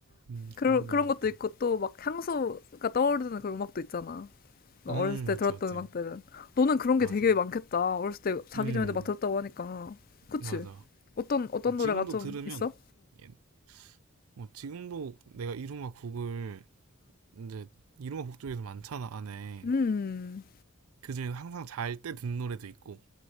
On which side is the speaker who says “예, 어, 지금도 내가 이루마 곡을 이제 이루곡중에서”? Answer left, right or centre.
Right